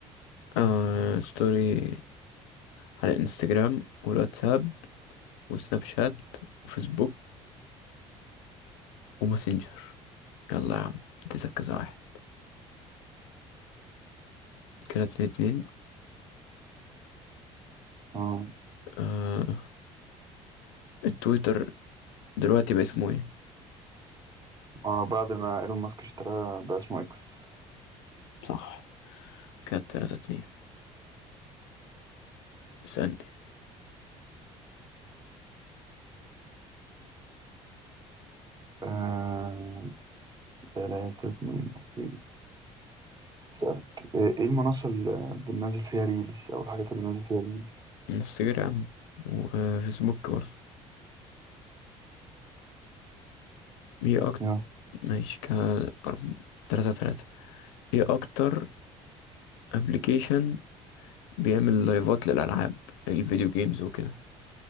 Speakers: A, on the left (about 85°); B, on the right (about 25°).
A: آه ستوري على الانستجرام والواتساب وسناب شات وفيسبوك وماسنجر يلا يا عم اديتك كذا واحد كده اتنين اتنين
B: اه
A: آه التويتر دلوقتي باسمه ايه
B: آه، بعد ما ايلون ماسك اشتراها بقى اسمه اكس
A: صح كده تلاتة اتنين اسألني
B: آه، تلاتة اتنين اوكي أسألك آه، ايه المنصة اللي بننزل فيها ريلز او الحاجات اللي بننزل فيها ريلز
A: انستجرام وفيسبوك برضه ايه اكتر
B: يا.
A: ماشي كده أرب- تلاتة تلاتة ايه اكتر ابلكيشن بيعمل لايفات للألعاب الفيديو جيمز وكده